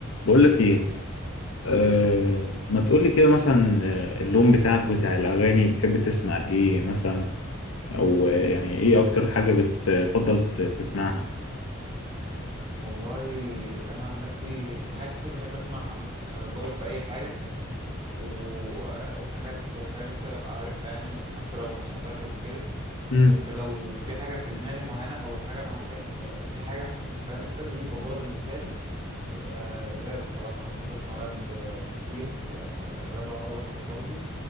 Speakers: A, on the left; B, on the right.
A: بقول لك ايه أه ما تقول لي كده مثلا آه، اللون بتاعك بتاع الاغاني بتحب تسمع ايه مثلا او آه، يعني ايه اكتر حاجه بتفضل ت- تسمعها
B: والله انا عن نفسي في حاجات كتير بحب اسمعها عامه يعني انا ضارب في اي حاجه و... وفي حاجات فاهم انت ببقى عارفها يعني حتى لو ما سمعتهاش قبل كده
A: امم
B: بس لو في حاجه في دماغي معينه او حاجه مع يعني ب... في حاجه ف- فاهم انت دي المفضله بالنسبه لي تبقى الراب الصراحه انا بحب اسمع راب آه، كتير آه، الراب العربي اكتر برضو